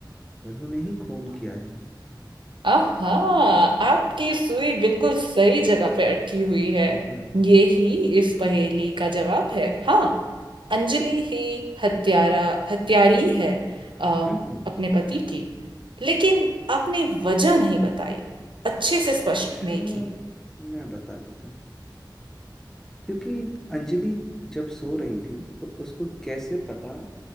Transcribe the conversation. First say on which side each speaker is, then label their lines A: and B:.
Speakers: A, in the centre; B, on the right.
A: उन्होंने ही खून किया है
B: आहा आपकी सुई बिल्कुल सही जगह पे अटकी हुई है
A: हम्म
B: ये ही इस पहेली का जवाब है हाँ अंजलि ही हत्यारा हत्यारी है अम,
A: हम्म
B: अपने पति की लेकिन आपने वजह नहीं बताई अच्छे से स्पष्ट
A: वजह
B: नहीं की
A: मैं बता देता हूँ क्योंकि अंजलि जब सो रही थी तो उसको कैसे पता